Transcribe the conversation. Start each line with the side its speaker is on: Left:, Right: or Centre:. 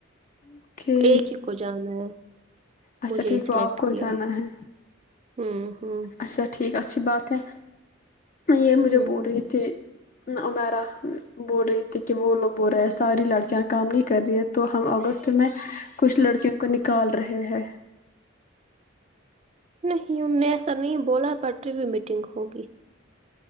Left: اوکے
Right: ایک ہی کو جانا ہے
Left: اچھا
Right: مجھے
Left: ٹھیک
Right: سلیکٹ
Left: وہ آپ کو
Right: کیا
Left: جانا ہے
Right: ہوں ہوں
Left: اچھا ٹھیک اچھا اچھی بات ہے یہ مجھے
Right: ہوں
Left: بول رہے تھھی امیرا بول رہی تھی کہ وہ لوگ بول رہے ہیں ساری لڑکیاں کام نہیں کر رہی ہے تو ہم اگست میں کچھ لڑکیوں کو نکال رہے ہیں <inaudible>
Right: نہیں میں ایسا نہیں بولا پ <unintelligible> رویو میٹنگ ہوگی